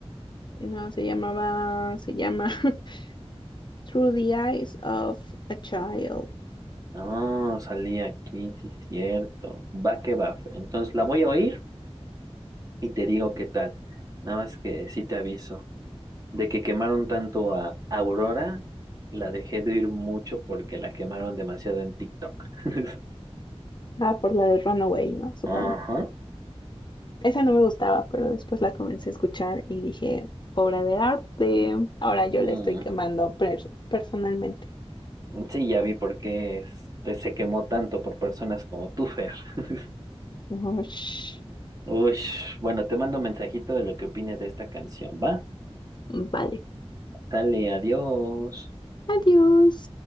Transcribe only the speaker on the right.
Ah, salí aquí, sí, cierto. Va que va. Fer. Entonces la voy a oír y te digo qué tal. Nada más que sí te aviso. De que quemaron tanto a Aurora, la dejé de oír mucho porque la quemaron demasiado en TikTok. <laughs>
Ajá.
Mm,
Sí, ya vi por qué este, se quemó tanto por personas como tú, Fer. <laughs>
Uy, bueno, te mando un mensajito de lo que opines de esta canción, ¿va?
Sale, adiós.